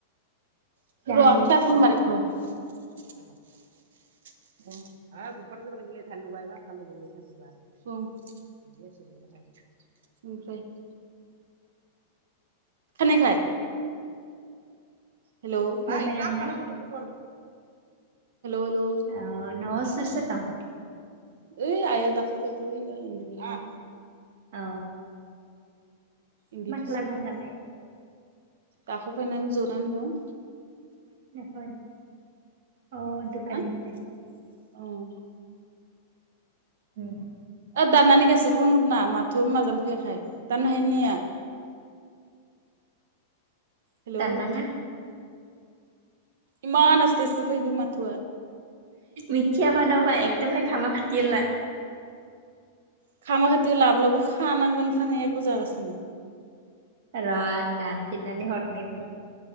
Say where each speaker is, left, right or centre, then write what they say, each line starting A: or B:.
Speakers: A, on the right (about 80°); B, on the right (about 60°).
A: <unintelligible>
B: जाहानि
A: <unintelligible> ओमफ्राय खोनायाखै हेलौ हेलौ
B: मोजाङानो ना
A: हेलौ
B: ओ न'आव सोर सोर दं।
A: औ ओइया दाख' फैदो उरुनो
B: औ
A: इन्दि
B: मा
A: फिसिनि
B: खालामना दं आइया
A: दाख' फैनानै जनानै दं।
B: दाखोन अ दुखाननिफ्राय
A: <unintelligible>
B: अम
A: ओ दाननानै गासै फन हरना माथो माजों फैयाखै दाननो हायोना हाया हेलौ
B: दान नांङा
A: एमान आसथे आसथे फैदो माथोआ
B: मिथिया मानोबा <unintelligible>
A: <unintelligible> खानांगोन खानाया बेखौ जाजासिम
B: र आं दानफिननानै हरनि होमबा